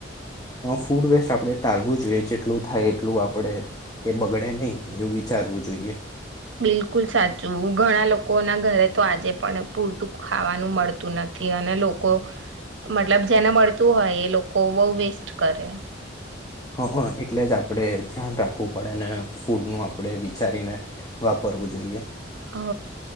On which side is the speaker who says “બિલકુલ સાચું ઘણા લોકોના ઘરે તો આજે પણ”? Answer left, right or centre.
Right